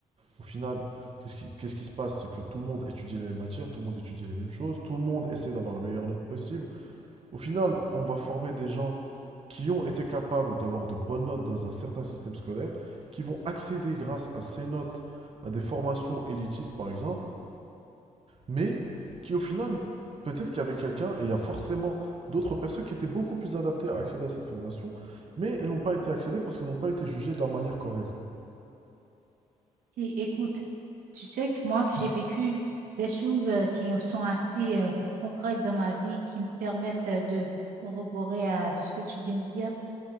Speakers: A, on the right; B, on the right.
A: au final, qu'est-ce qui, qu'est-ce qui se passe? C'est que tout le monde étudie les mêmes matières, tout le monde étudie les mêmes choses, tout le monde essaie d'avoir la meilleure note possible. Au final, on va former des gens qui ont été capables d'avoir de bonnes notes dans un certain système scolaire, qui vont accéder grâce à ces notes à des formations élitistes, par exemple mais qui au final, peut-être qu'il y avait quelqu'un, et il y a forcément d'autres personnes qui étaient beaucoup plus adaptées à accéder à cette formation, mais elles n'ont pas été accédées parce qu'elles n'ont pas été jugées de la manière correcte.
B: Et, écoute, tu sais que moi, que j'ai vécu des choses euh, qui sont assez euh, concrètes dans ma vie, qui me permettent euh, de corroborer à ce que tu viens de dire.